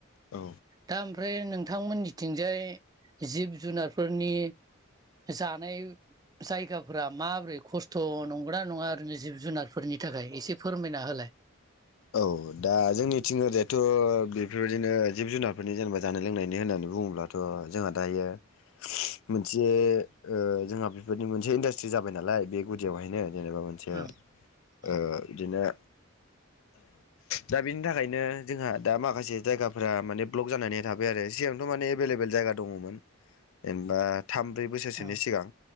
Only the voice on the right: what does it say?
दा ओमफ्राय नोंथांमोननिथिंजाय जिब जुनारफोरनि जानाय जायगाफोरा माबोरै खस्थ' नंग'ना नङा ओैरैनो जिब जुनारफोरनि थाखाय एसे फोरमायना होलाय। <inaudible>
ओं ओं
ओं